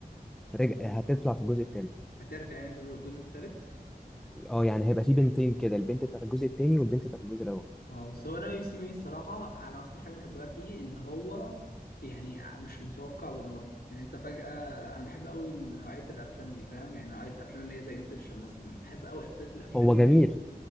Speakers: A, in the centre; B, on the left (about 80°).
A: رجع هتطلع في الجزء الثالث
B: هترجع يعني في الجزء التالت
A: اه يعني هيبقى في بنتين كده البنت بتاعت الجزء الثاني والبنت بتاعت الجزء الاول
B: اه بس هو انا يو سي مي الصراحه انا اكتر حاجه بحبها فيه ان هو يعني مش متوقع بالمره يعني انت فجاه انا بحب قوي إن نوعيه الافلام دي فاهم يعني نوعيه الافلام اللي هي زي انسبشن مثلا بحب قوي افلات الافلام
A: هو
B: اللي
A: جميل